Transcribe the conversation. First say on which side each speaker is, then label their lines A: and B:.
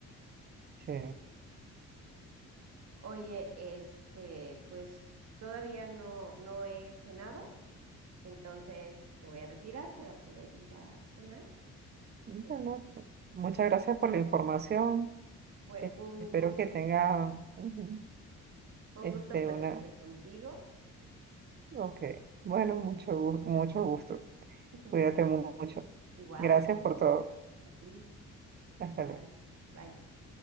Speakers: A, on the right (about 35°); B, on the right (about 55°).
A: Sí.
B: Oye, este, pues todavía no, no he cenado, entonces me voy a retirar para poder ir a cenar.
A: Bueno,
B: Este,
A: muchas gracias por la información.
B: fue
A: E-
B: un
A: Espero
B: gusto,
A: que tenga ujú,
B: fue
A: este
B: un gusto platicar
A: una.
B: contigo.
A: Ok. Bueno, mucho, gu- mucho gusto.
B: <laughs>
A: Cuídate
B: Igual,
A: mu- mucho.
B: igual
A: Gracias por todo.
B: a ti.
A: Hasta
B: Bye,
A: luego.
B: bye.